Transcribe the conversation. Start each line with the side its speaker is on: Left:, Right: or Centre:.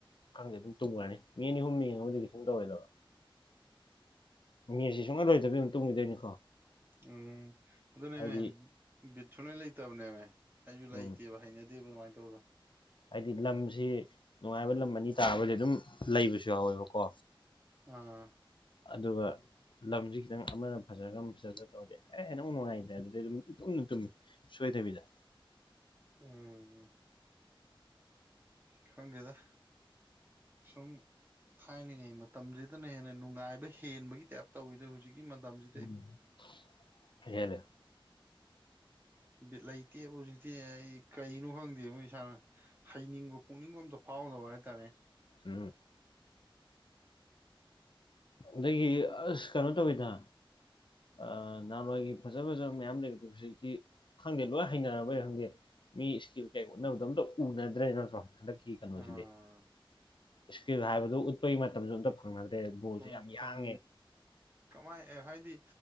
Left: ꯈꯪꯗꯦ ꯑꯗꯨꯝ ꯇꯨꯝꯒꯔꯅꯤ ꯃꯤ ꯑꯅꯤꯍꯨꯝ ꯌꯦꯡꯉꯕꯨꯗꯤ ꯀꯩꯁꯨꯝ ꯇꯧꯔꯣꯏꯗꯕ ꯅꯦꯠꯖꯦ ꯁꯨꯡꯂꯣꯏ ꯂꯣꯏꯗꯕꯤ ꯗꯨꯝ ꯇꯨꯝꯒꯤꯗꯣꯏꯅꯤ
Right: ꯎꯝ ꯑꯗꯨꯅꯦꯃꯦ
Left: ꯍꯥꯏꯗꯤ
Right: ꯕꯤꯠ ꯁꯨꯂꯩꯇꯕꯅꯦꯃꯦ ꯑꯩꯖꯨ ꯂꯩꯇꯦꯕ
Left: ꯎꯝ
Right: ꯍꯩꯅꯗꯦꯕ ꯑꯗꯨꯃꯥꯏ ꯇꯧꯕꯗꯣ
Left: ꯍꯥꯏꯗꯤ ꯂꯝꯁꯤ ꯅꯨꯡꯉꯥꯏꯕ ꯂꯝ ꯑꯅꯤ ꯇꯥꯕꯣꯏꯗꯤ ꯑꯗꯨꯝ ꯂꯩꯕꯁꯨ ꯌꯥꯎꯌꯦꯕꯀꯣ
Right: ꯑꯥ
Left: ꯑꯗꯨꯒ ꯂꯝꯖꯤ ꯈꯤꯇꯪ ꯑꯃꯅ ꯐꯖꯔꯒ ꯑꯃ ꯐꯖꯗ ꯇꯧꯔꯗꯤ ꯍꯦꯟꯅ ꯑꯃꯨꯛ ꯅꯨꯡꯉꯥꯏꯇ꯭ꯔꯦ ꯑꯗꯨꯗꯩ ꯑꯗꯨꯝ ꯏꯇꯨꯝꯗ ꯇꯨꯝꯃꯤ ꯁꯣꯏꯗꯕꯤꯗ
Right: ꯎꯝ ꯈꯪꯗꯦꯗ ꯁꯨꯝ ꯊꯥꯏꯅꯥꯉꯩ ꯃꯇꯝꯖꯤꯗꯅ ꯍꯦꯟꯅ ꯅꯨꯡꯉꯥꯏꯕ ꯍꯦꯟꯕꯒꯤ ꯇꯥꯏꯞ ꯇꯧꯌꯤꯗ ꯍꯧꯖꯤꯛ ꯀꯤ ꯃꯇꯝꯖꯤ
Left: ꯎꯝ <unintelligible>
Right: ꯕꯤꯠ ꯂꯩꯇꯦꯕꯣ ꯍꯧꯖꯤꯛꯇꯤ ꯑꯩ ꯀꯩꯅꯣ ꯈꯪꯗꯦꯕꯣ ꯏꯁꯥꯅ ꯍꯩꯅꯤꯡꯕ ꯄꯣꯛꯅꯤꯡꯕ ꯑꯝꯇ ꯐꯥꯎꯗꯕ ꯍꯥꯏꯇꯥꯔꯦ
Left: <unintelligible> ꯑꯗꯒꯤ ꯑꯁ ꯀꯩꯅꯣ ꯇꯧꯋꯤꯗ ꯑ ꯅꯍꯥꯟꯋꯥꯏꯒꯤ ꯐꯖ ꯐꯖꯕ ꯃꯌꯥꯝ ꯂꯩꯕꯗꯣ ꯍꯧꯖꯤꯛꯇꯤ ꯈꯪꯗꯦ ꯂꯣꯏ ꯍꯩꯅꯔꯕꯩꯔ ꯈꯪꯗꯦ ꯃꯤ ꯁ꯭ꯀꯤꯜ ꯀꯩ ꯎꯠꯅꯕꯗꯣ ꯑꯝꯇ ꯎꯅꯗ꯭ꯔꯦ ꯅꯠꯇ꯭ꯔꯣ ꯍꯟꯗꯛꯀꯤ ꯀꯩꯅꯣꯁꯤꯗꯤ
Right: ꯑꯥ
Left: ꯁ꯭ꯀꯤꯜ ꯍꯥꯏꯕꯗꯣ ꯎꯠꯄꯒꯤ ꯃꯇꯝꯖꯨ ꯑꯝꯇ ꯐꯪꯅꯗ꯭ꯔꯦ ꯕꯣꯜꯁꯦ
Right: ꯍꯣꯏ
Left: ꯌꯥꯝ
Right: ꯐꯪ
Left: ꯌꯥꯡꯉꯦ
Right: ꯀꯃꯥꯏ ꯑꯦ ꯍꯥꯏꯗꯤ